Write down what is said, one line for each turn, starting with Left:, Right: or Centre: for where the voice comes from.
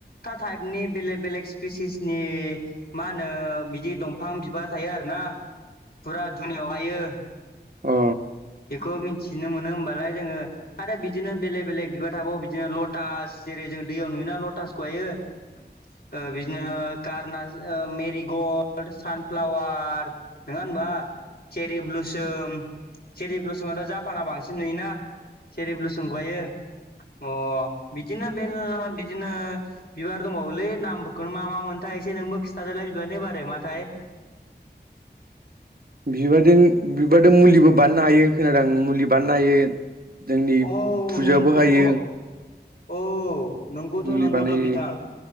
Left: टा टाइपनि बेलेग बेलेग स्पिसिसनि मा होनो बिदि दम फां बिबार थायो आरोना फुरा दुनियाव हायो
Right: अ
Left: खौ मिन्थिनो मोनो होमबालाय जोङो आरो बिदिनो बेलेग बेलेग बिबार थाबाव बिदिनो लटास जेरै जों दैयाव नुयोना लटासखौहायो ओ बिदिनो कारनास ओ मेरिग'ल्ड सानफ्लावार नङा होनबा चेरि ब्लुसोम चेरि ब्लुसोमथ' जापानाव बांसिन नुयोना चेरि ब्लुसोमहायो अ बिदिनो बेलला बिदिनो बिबार दंबावोलै नामफोरखौनो मा मा मोनथाय एसे नोंबो खिथादोलाय बिबारनि बारै माथाय <inaudible>
Right: बिबारजों बिबारदों मुलिबो बानायनो हायो खोनादों आं मुलि बानायनो हायो जोंनि
Left: औ
Right: फुजायावबो
Left: नों गोथ'
Right: हायो
Left: औ नंगौथ'
Right: मुलि
Left: नंगौथ'
Right: बानायो
Left: बिथां